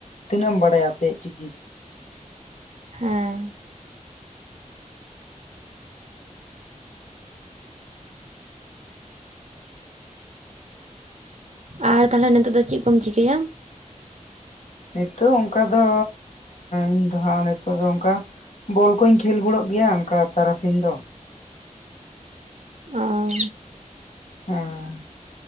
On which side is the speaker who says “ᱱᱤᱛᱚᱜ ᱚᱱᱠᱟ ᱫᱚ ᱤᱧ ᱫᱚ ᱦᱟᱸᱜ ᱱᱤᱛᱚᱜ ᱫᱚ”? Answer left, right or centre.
Left